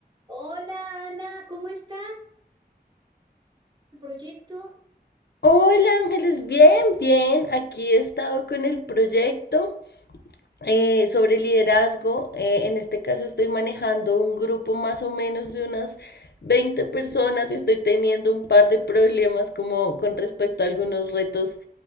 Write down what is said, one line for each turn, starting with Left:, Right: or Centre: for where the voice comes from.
Right: Hola Ana, ¿cómo estás? ¿El proyecto?
Left: Hola Ángeles, bien, bien. Aquí he estado con el proyecto eh, sobre liderazgo. Eh, en este caso estoy manejando un grupo más o menos de unas 20 personas y estoy teniendo un par de problemas como con respecto a algunos retos